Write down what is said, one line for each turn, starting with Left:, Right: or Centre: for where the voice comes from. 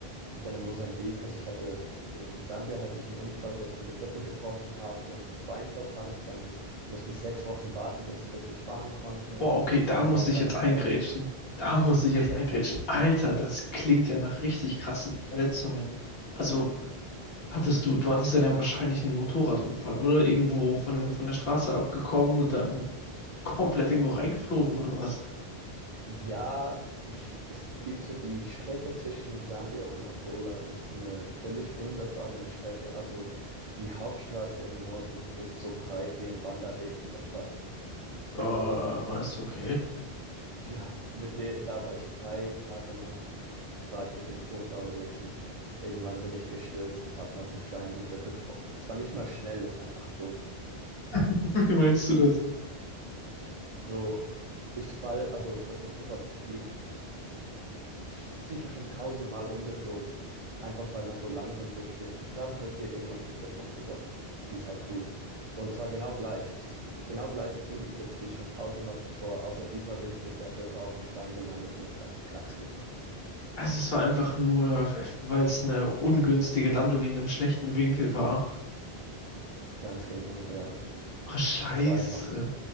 Right: Und dann in Mosambik, also ich hatte in Sambia hatte ich einen Unfall, wo ich mir die Rippe gebrochen habe und das Bein verbrannt. Dann musste ich sechs Wochen warten, bis ich wirklich fahren konnte.
Left: boah, okay, da
Right: Und
Left: muss
Right: in der Zeit
Left: ich jetzt
Right: hat
Left: eingrätschen.
Right: mich,
Left: Da muss ich
Right: <laughs>
Left: jetzt eingrätschen. Alter, das klingt ja nach richtig krassen Verletzungen. Also Hattest du, du hattest dann ja wahrscheinlich einen Motorradunfall oder irgendwo von, von der Straße abgekommen und dann komplett irgendwo reingeflogen oder was?
Right: ja, ich, es gibt so die Strecke zwischen Sambia und Angola ist eine völlig unbefahrene Strecke. Also die Hauptstraße im Norden ist so breit wie ein Wanderweg in der Schweiz.
Left: Äh,
Right: Und
Left: war es Okay.
Right: ja, mit der, da war ich drei Tage lang war ich mit dem Motorrad da unterwegs und irgendwann bin ich gestürzt und habe mir auf dem Stein die Rippe gebrochen. Es war nicht mal schnell, es war einfach dumm.
Left: <laughs> Wie meinst du das?
Right: So, ich fall, also das Motorrad fliegt sicher schon tausendmal umgeflogen, einfach weil man so langsam durch schwierige Straßen durchgeht. Irgendwann kippt das Motorrad, wie es halt tut. Und es war genau gleich. Es ist genau gleich umgekippt wie schon tausendmal zuvor, außer diesmal bin ich mit der Rippe auf dem Stein gelandet und es hat einfach Knacks gemacht.
Left: Also es war einfach nur, weil es eine ungünstige Landung in einem schlechten Winkel war.
Right: Ganz genau, ja.
Left: Oh, scheiße.
Right: Es war einfach